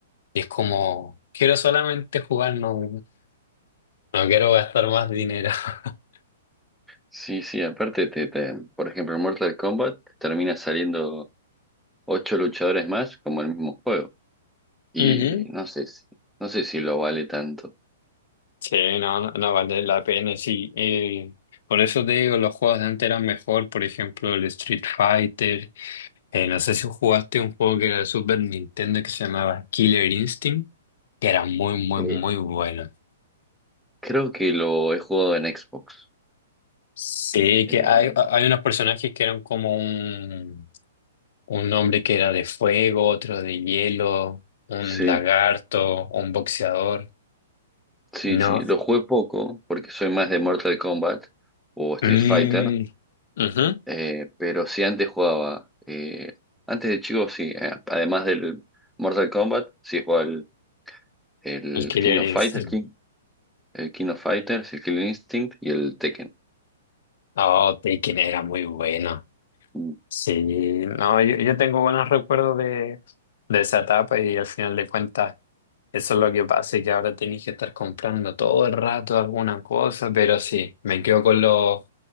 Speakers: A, on the left; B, in the centre.
A: Y es como, quiero solamente jugar, no, no quiero gastar más dinero. <laughs>
B: Sí, sí, aparte, te, te- por ejemplo, en Mortal Kombat te termina saliendo 8 luchadores más como el mismo juego. Y
A: Ujú.
B: no sé si, no sé si lo vale tanto.
A: Sí, no, no, no vale la pena, sí. Eh, por eso te digo, los juegos de antes eran mejor, por ejemplo, el Street Fighter. Eh, no sé si jugaste un juego que era de Super Nintendo que se llamaba Killer Instinct, que era muy, muy,
B: Eh,
A: muy bueno.
B: creo que lo he jugado en Xbox.
A: Sí,
B: Eh,
A: que hay, hay unos personajes que eran como un, un hombre que era de fuego, otro de hielo, un
B: sí,
A: lagarto, un boxeador.
B: sí,
A: No.
B: sí, lo jugué poco porque soy más de Mortal Kombat o Street
A: Mm,
B: Fighter.
A: ujú.
B: Eh, pero sí, antes jugaba. eh, antes de chico, sí. eh, además del Mortal Kombat, sí jugaba el, el
A: El Killer
B: King of
A: Instinct.
B: Fighter, King, el King of Fighters, el Killing Instinct y el Tekken.
A: Oh, Tekken era muy bueno.
B: Mm,
A: Sí, no, yo, yo tengo buenos recuerdos de, de esa etapa y al final de cuentas. Eso es lo que pasa, y que ahora tenéis que estar comprando todo el rato alguna cosa, pero sí, me quedo con los,